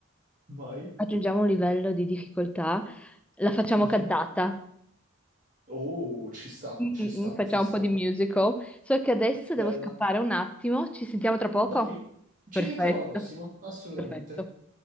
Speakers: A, on the right; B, in the centre.
A: Vai.
B: Aggiungiamo un livello di difficoltà, la facciamo
A: Mhm.
B: cantata,
A: Oh, ci sta,
B: Mm,
A: ci
B: mm,
A: sta,
B: mm, facciamo
A: ci sta.
B: un po' di musical. So che adesso devo
A: Bella.
B: scappare un attimo, ci sentiamo tra poco?
A: Dai, ci
B: Perfetto,
A: sentiamo alla prossima, assolutamente.
B: perfetto.